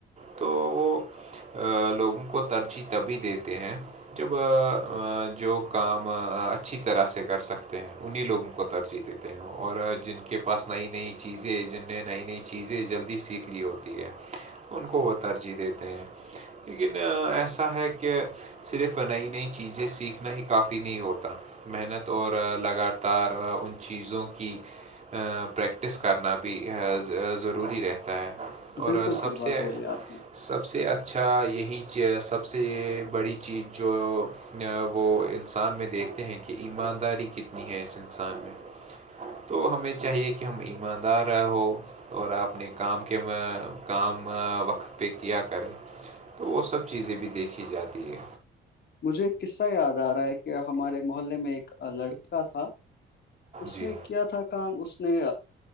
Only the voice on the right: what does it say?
تو وہ لوگوں کو ترجیح تبھی دیتے ہیں جب جو کام اچھی طرح سے کر سکتے ہیں انہیں لوگوں کو ترجیح دیتے ہیں اور جن کے پاس نئی نئی چیزیں جن نے نئی نئی چیزیں جلدی سیکھ لی ہو ہے ان کو وہ ترجیح دیتے ہیں لیکن ایسا ہے کہ صرف نئی نئی چیزیں سیکھنا ہی کافی نہیں ہوتا محنت اور لگاتار ان چیزوں کی پریکٹس کرنا بھی ضروری رہتا ہے اور
سب
سے
سب سے اچھا یہی چیس سب سے یہ بڑی چیز جو وہ انسان میں دیکھتے ہیں کہ ایمانداری کت نی ہے اس انسان میں تو ہمیں چاہیے کہ ہم ایماندار رہ ہو اور اپنے کام کے کام وقت پہ کیا کرے تو وہ سب چیزیں بھی دیکھی جاتی ہے
جی